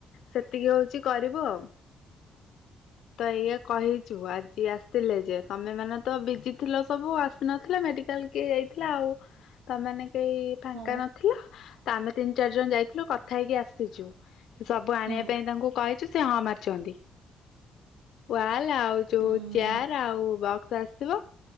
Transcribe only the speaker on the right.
ହଁ ମ
ହୁଁ
ଉଁ